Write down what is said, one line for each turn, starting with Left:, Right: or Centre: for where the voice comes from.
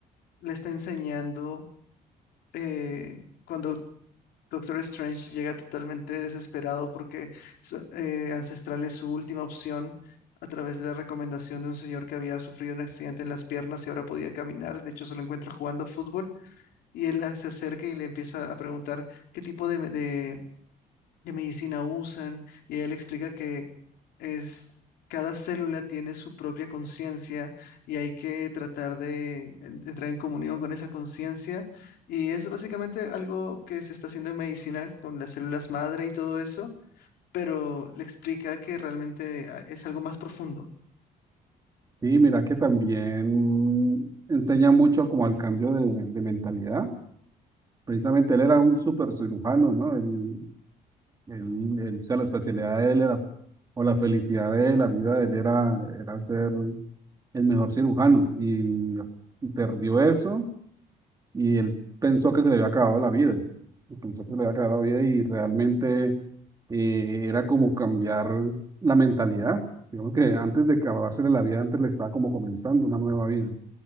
Left: le está enseñando, eh, cuando Doctor Strange llega totalmente desesperado porque so- eh, Ancestral es su última opción a través de la recomendación de un señor que había sufrido un accidente en las piernas y ahora podía caminar, de hecho se lo encuentra jugando fútbol, y él se acerca y le empieza a preguntar qué tipo de de- de medicina usan, y él explica que es cada célula tiene su propia conciencia y hay que tratar de en- entrar en comunión con esa conciencia. Y es básicamente algo que se está haciendo en medicina con las células madre y todo eso, pero le explica que realmente ah, es algo más profundo.
Right: Sí, mira que también enseña mucho como al cambio de, de mentalidad. Precisamente él era un súper cirujano, ¿no? Él, él- él- o sea, la especialidad de él era, o la felicidad de él, la vida de él era, era ser el mejor cirujano. Y, y perdió eso y él pensó que se le había acabado la vida. y Pensó que se le había acabado la vida y realmente eh, era como cambiar la mentalidad. Digamos que antes de acabársele la vida, antes le estaba como comenzando una nueva vida.